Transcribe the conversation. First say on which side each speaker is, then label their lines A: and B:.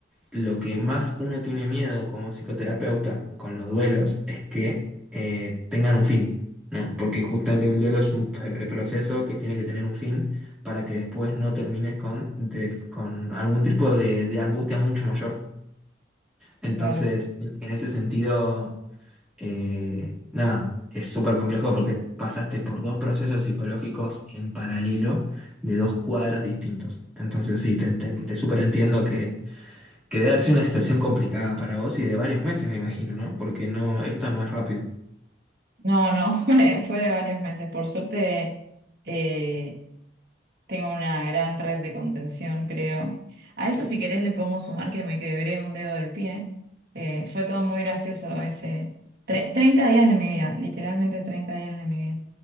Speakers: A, in the centre; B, on the right (about 60°).
A: lo que más uno tiene miedo como psicoterapeuta con los duelos es que eh, tengan un fin, ¿no? Porque justamente el duelo es un per- proceso que tiene que tener un fin para que después no termines con, de- con algún tipo de, de angustia mucho mayor. Entonces,
B: Claro.
A: en en ese sentido, eh, nada, es súper complejo porque pasaste por dos procesos psicológicos en paralelo de dos cuadros distintos. Entonces, sí, te, te, te súper entiendo que debe haber sido una situación complicada para vos y de varios meses, me imagino, ¿no? Porque no, esto no es rápido.
B: No, no, <laughs> fue, fue de varios meses. Por suerte, eh, Tengo una gran red de contención, creo. A eso, si querés, le podemos sumar que me quebré un dedo del pie. Eh, fue todo muy gracioso ese. tre- 30 días de mi vida, literalmente 30 días de mi vida.